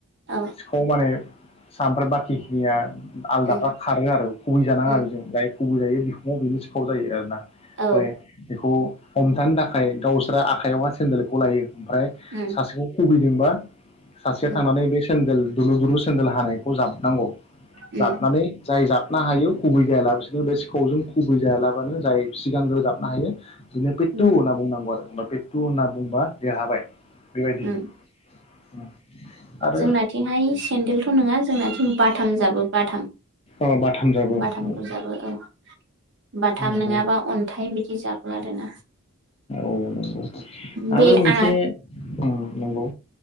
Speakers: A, on the right (about 55°); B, on the left (about 30°).
A: औ
B: सिखाव माने? सा ओमफ्राय बाखिखिनिया आलदाफ्रा
A: उम
B: खारो आरो खुबै जानाङा
A: उम
B: बेजों जाय खुबै जायो बिखुङाव बिनो सिखाव जायो आरो ना। ओमफाय
A: औ
B: बिखौ हमथानो थां फाय गावस फ्रा आखाइायावहा सेन्देलखौ लायो। ओमफ्राय
A: उम
B: सासेखौ खुबै दोंबा सासेया
A: उम
B: थांनानै बे सेन्देल दुलुर दुलु सेन्देल हानायखौ जाबनांगौ।
A: उम
B: जाबनानै जाय जाब ना हायो खुबै जायालाबासिनो बे सिखावजों खुबै जायालाबानो जाय सिगांग्रो जाबनो हायो। बिदिनो पेटटु
A: उम
B: होनना बुंनांगौ आरो। होमबा पेटटु होनना बुंबा देरहाबाय बेबायदि
A: उम
B: उम आरो
A: जोंनाथिंहाय सेन्देलथ नङा जोंना थिं बाथाम जाबो बाथाम
B: औ बाथाम जाबो
A: बाथामखौ
B: नंगौ
A: जाबो औ बाथाम
B: नंगौ
A: नङाबा अन्थाइ बिदि जाबो आरोना
B: औ नंगौ
A: बे
B: आरो मोनसे
A: आ
B: उम नंगौ